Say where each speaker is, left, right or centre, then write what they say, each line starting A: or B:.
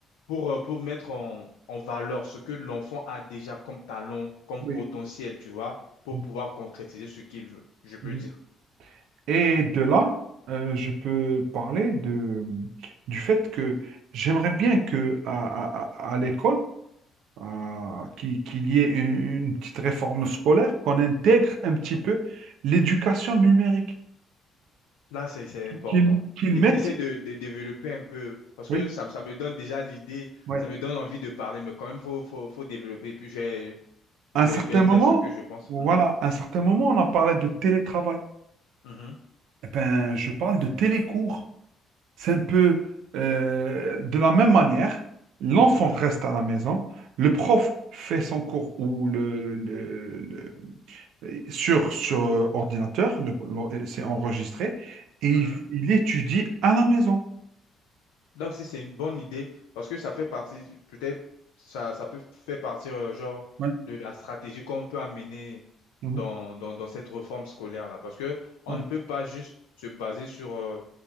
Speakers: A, on the left; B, on the right.
A: pour, euh, pour mettre en, en valeur ce que l'enfant a déjà comme talent, comme
B: Oui.
A: potentiel, tu vois, pour
B: Mhm.
A: pouvoir concrétiser ce qu'il veut, je peux
B: Mhm.
A: dire.
B: Et de là, euh, je peux parler de, du fait que j'aimerais bien que à, à- à- à l'école, à- qu'il qu'il y ait une, une petite réforme scolaire, qu'on intègre un petit peu l'éducation numérique,
A: Là, c'est, c'est important.
B: qu'ils qu'ils
A: Et,
B: mettent.
A: essaie de, de développer un peu, parce
B: Oui,
A: que ça, me- ça me donne déjà l'idée,
B: oui.
A: ça me donne envie de parler, mais quand même, faut, faut, faut développer. Et puis, je vais,
B: À
A: je vais,
B: un certain
A: je vais dire
B: moment,
A: ce que je pense.
B: voilà,
A: Mhm,
B: à un certain moment, on a parlé de télétravail.
A: mhm,
B: Eh ben, je parle de télécours. C'est un peu euh, de la même manière, l'enfant
A: mhm,
B: reste à la maison, le prof fait son cours ou le, le- le- le- sur, sur euh, ordinateur, le- le- c'est enregistré, et
A: mhm.
B: il, il étudie à la maison.
A: Là aussi, c'est une bonne idée, parce que ça fait partie, peut-être, ça, ça peut faire partie, euh, genre,
B: Ouais,
A: de la stratégie qu'on peut amener
B: mhm,
A: dans, dans, dans cette réforme scolaire-là. Parce que on
B: ouais.
A: ne peut pas juste se baser sur euh,